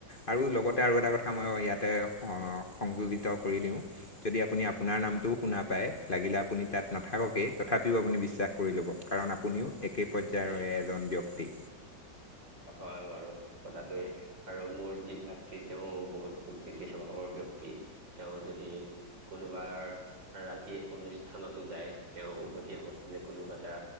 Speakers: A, on the left; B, on the right.
A: আৰু লগতে আৰু এটা এটা কথা মই ইয়াতে অ' সংযোজিত কৰি দিও যদি আপুনি আপোনাৰ নামটোও শুনা পায় লাগিলে আপুনি তাত নাথাককে তথাপিও আপুনি বিশ্বাস কৰি ল'ব কাৰণ আপুনিও একে পৰ্যায়ৰে এজন ব্যক্তি
B: হয় বাৰু আৰু কথাটোৱে আৰু মোৰ যি ভাতৃ তেওঁ বহুত কূটনীতি স্বভাৱৰ ব্যক্তি তেওঁ যদি কোনোবা ৰাতি অনুষ্ঠানতো যায় তেওঁ উভতি আহোতেনে কোনোবা এটা